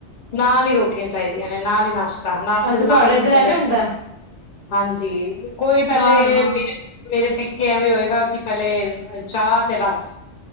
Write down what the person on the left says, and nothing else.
ਨਾਲ ਈ ਰੋਟੀਆਂ ਚਾਈਦੀਆਂ ਨੇ ਨਾਲ ਈ ਨਾਸ਼ਤਾ ਨਾਸ਼ਤਾ
ਦੇ
ਨਾਲ ਈ
ਸਿੱਧਾ
ਡਾਇਰੈਕਟ
ਸਬ ਹਾਂਜੀ, ਕੋਈ ਪਹਿਲੇ
ਮੇਰੇ ਮੇਰੇ ਪੇਕੇ ਐਵੇਂ ਹੋਏਗਾ ਕਿ ਪਹਿਲੇ ਚਾਹ ਤੇ ਰਸ